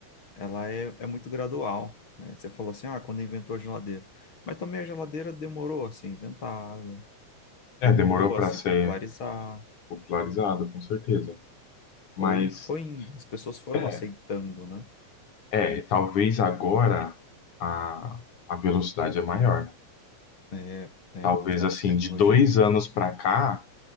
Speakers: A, on the left; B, on the left.
A: ela é, é muito gradual, né? Você falou assim, ah, quando inventou a geladeira. Mas também a geladeira demorou a ser inventada,
B: É,
A: demorou
B: demorou para
A: a se
B: ser
A: popularizar,
B: popularizado, com certeza.
A: foi,
B: Mas.
A: foi indo, as pessoas foram
B: é,
A: aceitando, né?
B: É, talvez agora a, a velocidade é maior. né?
A: É, é,
B: Talvez
A: a velocidade
B: assim,
A: de tecnologia.
B: de dois anos para cá,